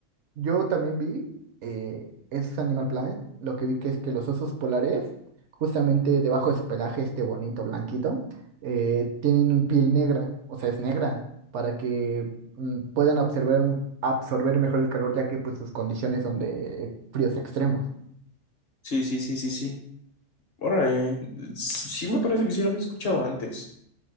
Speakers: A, on the right; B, on the left.
A: Yo también vi, eh, es Animal Planet, lo que vi que es que los osos polares, justamente debajo de su pelaje este bonito blanquito, eh, tienen un piel negra, o sea, es negra, para que mm, puedan absorber, absorber mejor el calor, ya que pues sus condiciones son de fríos extremos.
B: sí, sí, sí, sí, sí. Órale, s- sí me parece que sí lo había escuchado antes.